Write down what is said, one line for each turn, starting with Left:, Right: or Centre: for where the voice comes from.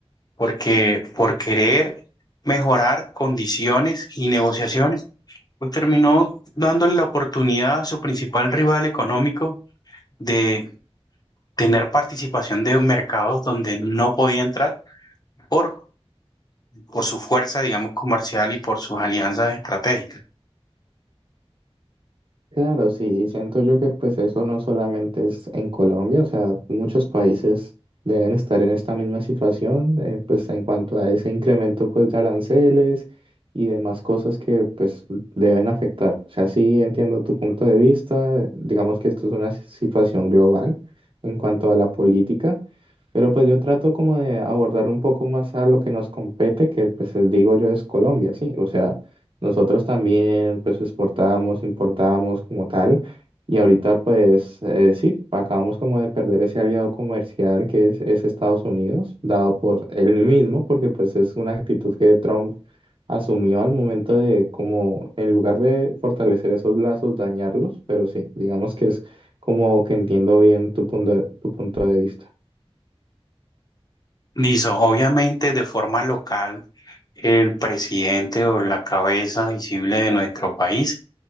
Left: porque por querer mejorar condiciones y negociaciones, pues terminó dándole la oportunidad a su principal rival económico de tener participación de mercados donde no podía entrar por, por su fuerza, digamos, comercial y por sus alianzas estratégicas.
Right: Claro, sí, siento yo que pues eso no solamente es en Colombia, o sea, muchos países deben estar en esta misma situación, eh, pues en cuanto a ese incremento pues de aranceles y demás cosas que pues deben afectar. O sea, sí entiendo tu punto de vista, eh, digamos que esto es una situación global en cuanto a la política. Pero pues yo trato como de abordar un poco más a lo que nos compete, que pues eh, digo yo es Colombia, sí. O sea, nosotros también pues exportábamos, importábamos como tal. Y ahorita pues eh, sí, acabamos como de perder ese aliado comercial que es, es Estados Unidos, dado por él mismo, porque pues es una actitud que Trump asumió al momento de como en lugar de fortalecer esos lazos, dañarlos. Pero sí, digamos que es como que entiendo bien tu punto, tu punto de vista.
Left: Listo, obviamente, de forma local, el presidente o la cabeza visible de nuestro país